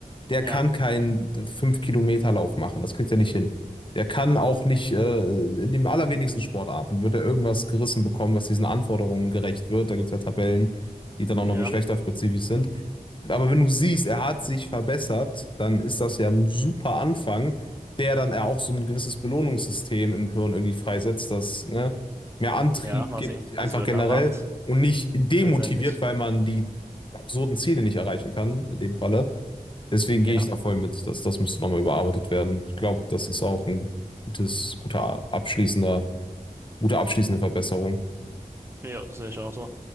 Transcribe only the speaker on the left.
der
kann keinen fünf kilometer lauf machen. Das kriegt er nicht hin. Der kann auch nicht, äh, in den allerwenigsten Sportarten wird er irgendwas gerissen bekommen, was diesen Anforderungen gerecht wird. Da gibt es ja Tabellen, die dann auch
noch geschlechterspezifisch sind. Aber wenn du siehst, er hat sich verbessert, dann ist das ja ein super Anfang, der dann ja auch so ein gewisses Belohnungssystem im Hirn irgendwie freisetzt, das, ne, mehr Antrieb
Ja.
gibt,
einfach generell
und nicht demotiviert,
weil man die absurden Ziele nicht erreichen kann, in dem Falle. Deswegen gehe
ich da voll mit, dass das müsste nochmal überarbeitet werden. Ich glaube, das ist auch ein gutes, guter abschließender, gute abschließende Verbesserung.